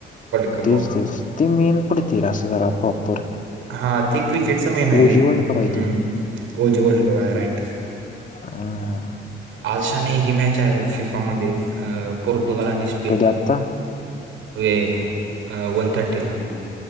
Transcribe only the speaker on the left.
तेच तेच ते मेन पडतय रे असं जरा प्रॉप
ओजी
वर्ल्ड कप आहे
तो
हम्म.
कधी आत्ता